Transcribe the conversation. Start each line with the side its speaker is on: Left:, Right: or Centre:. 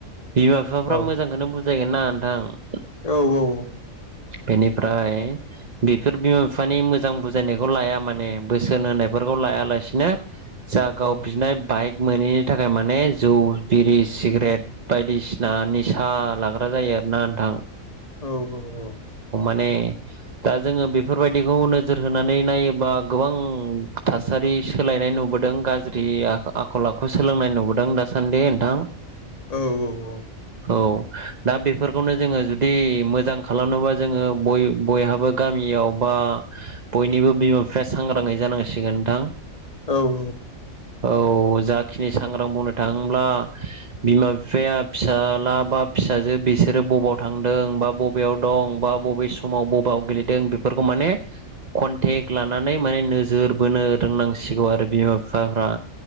Right: बिमा बिफाफ्रा
Left: औ
Right: मोजांखौनो बुजायगोन ना नोंथां
Left: औ औ औ
Right: बेनिफ्राय बेफोर बिमा बिफानि मोजां बुजायनायखौ लाया माने बोसोन होनाय बेफोरखौ लायालासिनो जागाव
Left: औ
Right: बिनाय बाइक मोनोैनि थाखाय माने जौ बिरि सिगारेट बायदिसिना निसा लाग्रा जायो। नोंथां
Left: औ औ औ
Right: माने दा जोङो बेफोरबायदिखौ नोजोर होनानै नायोबा गोबां थासारि सोलायनाय नुबोदों गाज्रि आखल आखु सोलोंनाय नुबोदों दासान्दि नोंथां
Left: औ औ औ
Right: औ दा बेफोरखौनो जोङो जुदि मोजां खालामनोबा जोङो बयहाबो गामि याव बा बयनिबो बिमा बिफाया सांग्राङै जानांसिगोन नोंथां।
Left: औ औ
Right: औ जाखिनि सांग्रां मावनो थाङ्ला बिमा बिफाया फिसाला बा फिसाजो बिसोरो बबेयाव थांदों बा बबेयाव दं बा बबे समाव बबेयाव गेलेदों बेफोरखौ माने कन्टेक्ट लानानै माने नोजोर बोनो रोंनांसिगौ आरो बिमा बिफाफ्रा।